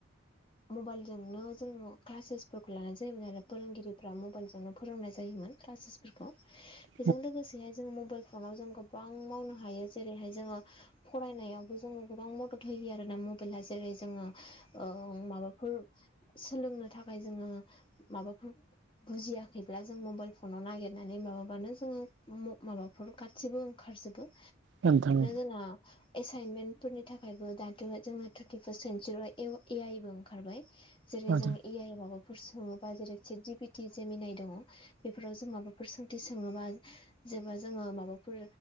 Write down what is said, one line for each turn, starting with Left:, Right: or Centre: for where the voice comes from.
Left: मबाइलजोंनो जोङो क्लासेसफोरखौ लानाय जायोमोन आरो फोरोंगिरिफ्रा मबाइलजोंनो फोरोंनाय जायोमोन क्लासेसफोरखौ
Right: <inaudible>
Left: बेजों लोगोसेहाय जोंङो मबाइल फनाव जों गोबां मावनो हायो जेरैहाय जोङो फरायनायावबो जों गोबां मदद होयो आरो ना मब बेला जेरै जोङो माबाफोर सोलोंनो थाखाय जोङो माबाफोर बुजियाखैब्ला जों मबाइल फनाव नागिरनानै माबाबानो जोङो माबा बेफोर गासैबो ओंखारजोबो
Right: नोंथां
Left: ना एसाइनमेन्टफोरनि थाखायबो दाथ' जोंना थटुारटिफार्स्ट सेन्सुरियाव ए आइबो ओंखारबाय जेरै
Right: नोंथां
Left: जोंङ ए आइ माबा फोर सोङोबा जेरै सिद जि पिटि जेमिनाय दङ बेफोराव जों माबाफोर सोंथि सोङोबा जेनेबा जोङो माबाफोर